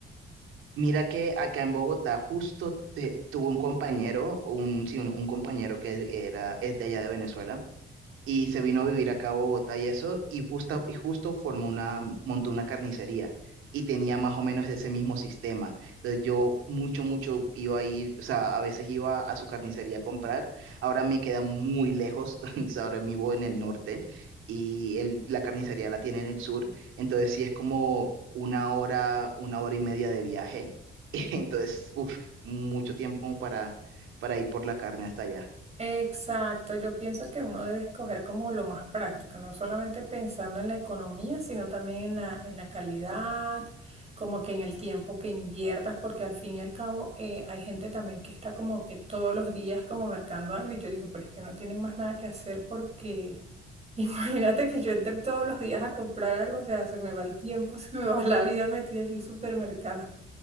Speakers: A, on the right; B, on the right.
A: Mira que acá en Bogotá justo te- tuvo un compañero, un, sí, un, un compañero que era, es de allá de Venezuela, y se vino a vivir acá a Bogotá y eso, y justo, y justo formó una, montó una carnicería y tenía más o menos ese mismo sistema. Entonces yo mucho, mucho iba a ir, o sea, a veces iba a su carnicería a comprar, ahora me queda muy lejos, <laughs> o sea, ahora vivo en el norte y el- la carnicería la tiene en el sur, entonces sí es como una hora, una hora y media de viaje, <laughs> entonces, uff, mucho tiempo como para, para ir por la carne hasta allá.
B: Exacto, yo pienso que uno debe escoger como lo más práctico, no solamente pensando en la economía, sino también en la, en la calidad, como que en el tiempo que inviertas, porque al fin y al cabo eh, hay gente también que está como que todos los días como mercando algo y yo digo, pero es que no tienen más nada que hacer porque <laughs> Imagínate que yo entre todos los días a comprar algo, o sea, se me va el tiempo, <laughs> se me va la vida metida en el supermercado.